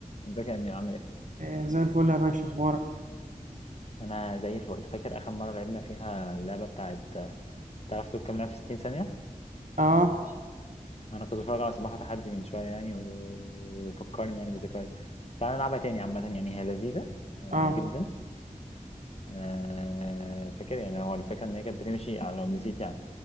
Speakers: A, on the left; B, on the right.
A: ازيك يا امين عامل ايه؟
B: آه، زي الفل يا باشا اخبارك
A: انا زي الفل فاكر اخر مره لعبنا فيها اللعبه بتاعت تعرف تقول كام لعبه في 60 ثانيه؟
B: اه
A: انا كنت بتفرج على صباح وتحدي من شويه يعني و- وفكرني يعني بذكريات تعال نلعبها تاني عامه يعني هي لذيذه آه،
B: اه
A: جدا آه، فاكر يعني هو الفكره ان هي كانت بتمشي على لو نسيت يعني